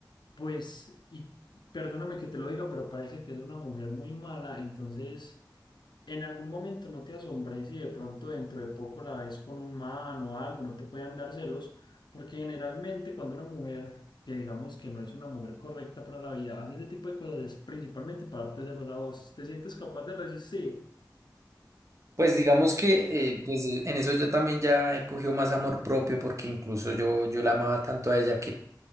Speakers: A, on the left; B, on the right.
A: Pues, y perdóname que te lo diga, pero parece que es una mujer muy mala, entonces en algún momento no te asombres si de pronto dentro de poco la ves con un man o algo, no te puedan dar celos, porque generalmente cuando una mujer, que digamos que no es una mujer correcta para la vida, hace ese tipo de cosas, es principalmente para darte celos a vos, te sientes capaz de resistir.
B: Pues digamos que eh, pues eh, en eso yo también ya he cogido más amor propio porque incluso yo, yo la amaba tanto a ella